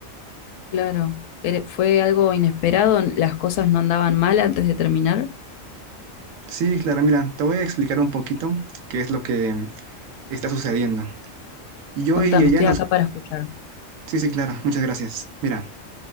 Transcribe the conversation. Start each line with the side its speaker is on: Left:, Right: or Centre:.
Left: Claro. Ere- ¿Fue algo inesperado? ¿Las cosas no andaban mal antes de terminar?
Right: Sí, Clara, mira, te voy a explicar un poquito qué es lo que está sucediendo. Yo
Left: Contame,
Right: y ella
Left: estoy
Right: nos...
Left: acá para escuchar.
Right: Sí, sí, Clara, muchas gracias. Mira,